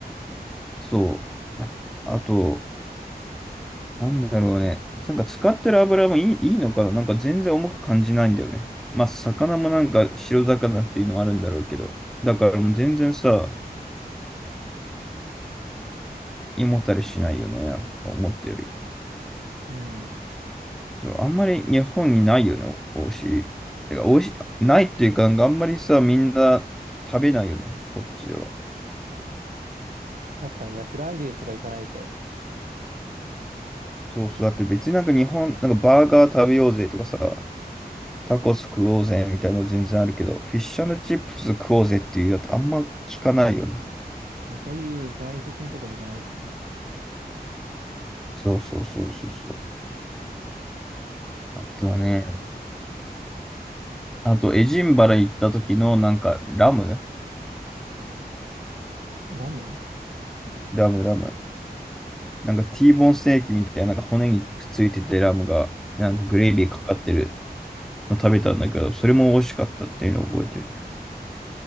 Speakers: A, in the centre; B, on the right (about 60°).
A: そう。やあと、なんだろうね。なんか使ってる油もいい、いいのかななんか全然重く感じないんだよね。まあ魚もなんか白魚っていうのもあるんだろうけど。だからもう全然さ、胃もたれしないよね。思ったより。
B: うん。
A: そう、あんまり日本にないよね、おいしい。てか、おいしい、ないっていうか、なんかあんまりさ、みんな食べないよね、こっちでは。
B: 確かにね、フライデーとか行かないと。
A: そうそう、だって別になんか日本、なんかバーガー食べようぜとかさ、タコス食おうぜみたいなの全然あるけど、フィッシュチップス食おうぜっていうやつあんま聞かないよね。
B: まあそういう外食のところ行かないとね。
A: そうそうそうそうそう。あとはね、あとエジンバラ行った時のなんかラム
B: ラム
A: ラムラム。なんか T ボーンステーキみたいな、なんか骨にくっついててラムが、なんかグレービーかかってる。
B: うん
A: の食べたんだけど、それも美味しかったっていうのを覚えてるね。